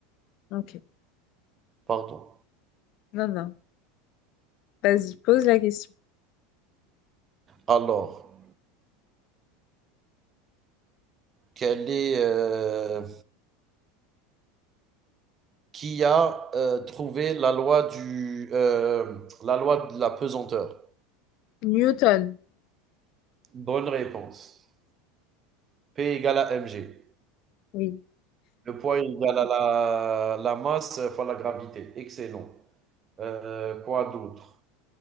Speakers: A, on the left; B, on the right.
A: Ok.
B: Pardon.
A: Non, non. Vas-y, pose la question.
B: Alors, quel est, euh, qui a euh, trouvé la loi du, euh, la loi de la pesanteur?
A: Newton.
B: Bonne réponse. P égale à mg.
A: Oui.
B: Le poids égale à la, la masse fois la gravité. Excellent. Euh, quoi d'autre?